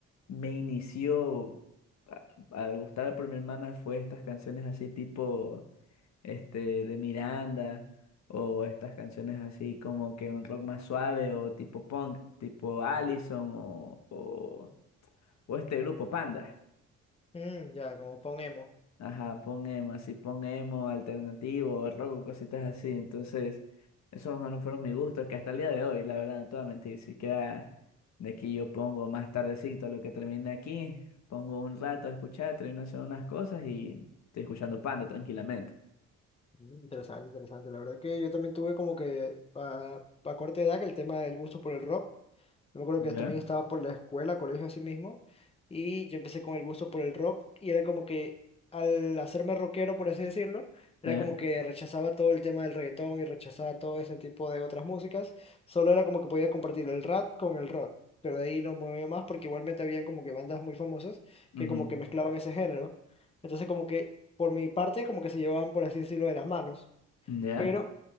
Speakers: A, on the left (about 65°); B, on the left (about 20°).
A: me inició a- al gustar por mi hermana fue estas canciones así tipo este de Miranda o estas canciones así como que un rock más suave o tipo punk, tipo Allison o, o, o este grupo Panda.
B: Mm, ya, como ponemos.
A: Ajá, pon emo, así pon emo, alternativo, rock, cositas así. Entonces, esos más o menos fueron mis gustos, que hasta el día de hoy, la verdad, no te voy a mentir, si queda de aquí yo pongo más tardecito a lo que termine aquí, pongo un rato a escuchar, termino haciendo unas cosas y estoy escuchando Panda tranquilamente.
B: Interesante, interesante. La verdad que yo también tuve como que a a corta edad que el tema del gusto por el rock. Yo me acuerdo
A: ¿Ya?
B: que también estaba por la escuela, colegio así mismo, y yo empecé con el gusto por el rock y era como que al hacerme rockero, por así decirlo, era
A: ¿Ya?
B: como que rechazaba todo el tema del reggaetón y rechazaba todo ese tipo de otras músicas, solo era como que podía compartir el rap con el rock, pero de ahí no me movía más porque igualmente habían como que bandas muy famosas
A: ujú,
B: que como que mezclaban ese género. Entonces como que por mi parte como que se llevaban, por así decirlo, de las manos,
A: ¿Ya?
B: pero...